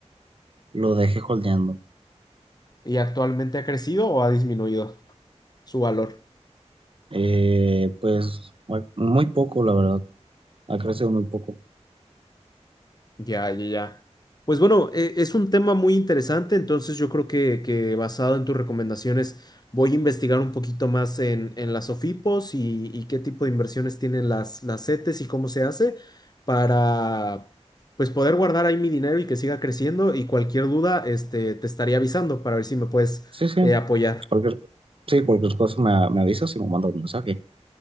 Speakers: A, on the right; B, on the left.
A: Lo dejé holdeando.
B: ¿Y actualmente ha crecido o ha disminuido su valor?
A: Eh, pues muy muy poco, la verdad. Ha crecido muy poco.
B: Ya, ya, ya. Pues bueno, e- es un tema muy interesante, entonces yo creo que, que basado en tus recomendaciones voy a investigar un poquito más en, en las OFIPOS y, y qué tipo de inversiones tienen las, las CETES y cómo se hace para pues poder guardar ahí mi dinero y que siga creciendo y cualquier duda este, te estaría avisando para ver si me puedes
A: Sí, sí.
B: eh, apoyar.
A: Cualquier, sí, cualquier cosa me, me avisas y me mandas un mensaje.